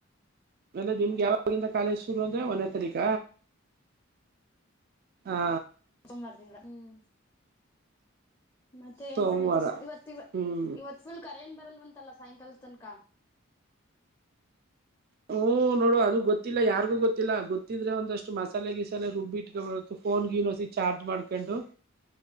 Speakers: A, on the right (about 50°); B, on the left (about 20°).
A: ಆಮೇಲೆ ನಿಮ್ಗೆ ಯಾವಾಗಿಂದ ಕಾಲೇಜ್ ಶುರು ಅಂದ್ರೆ ಒಂದೇ ತಾರೀಕ. ಹಾ.
B: ಸೋಮವಾರದಿಂದ ಹ್ಮ್. ಮತ್ತೆ
A: ಸೋಮವಾರ
B: ಏನ್ ಪ್ರಣೀತಸ ಇವತ್
A: ಹ್ಮ್
B: ಇವತ್ ಫುಲ್ ಕರೆ ಏನ್ ಬರಲ್ವಂತ. ತಲ್ಲ ಸಾಯಂಕಾಲ ತನಕ.
A: ಹ ನೋಡು ಅದು ಗೊತ್ತಿಲ್ಲ ಯಾರಿಗೂ ಗೊತ್ತಿಲ್ಲ ಗೊತ್ತಿದ್ರೆ ಒಂದಷ್ಟು ಮಸಾಲೆ ಗೀಿಸಾಲೆ ರುಬ್ಬಿಟ್ಕೊ ಬರುತ್ತು. ಫೋನ್ ಗನೋಸಿ ಚಾರ್ಜ್ ಮಾಡ್ಕೊಂಡು.